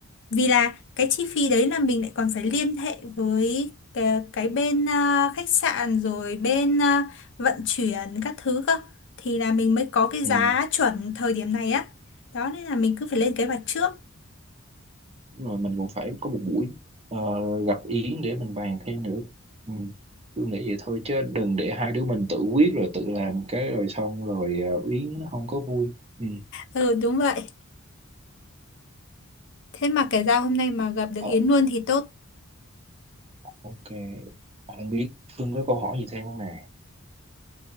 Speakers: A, on the left (about 60°); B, on the right (about 30°).
A: Vì là cái chi phí đấy là mình lại còn phải liên hệ với cái, cái bên à, khách sạn rồi bên à, vận chuyển các thứ cơ. Thì là mình mới có cái
B: ừ.
A: giá chuẩn thời điểm này á. Đó nên là mình cứ phải lên kế hoạch trước.
B: Rồi mình cũng phải có một buổi ờ, gặp Yến để mình bàn thêm nữa ừ. tôi nghĩ vậy thôi chứ đừng để hai đứa mình tự quyết rồi tự làm cái rồi xong rồi ờ, Yến nó không có vui ừ.
A: Ừ đúng vậy. Thế mà kể ra hôm nay mà gặp được
B: Ờ,
A: Yến luôn thì tốt.
B: ok không biết Phương có câu hỏi gì thêm không nè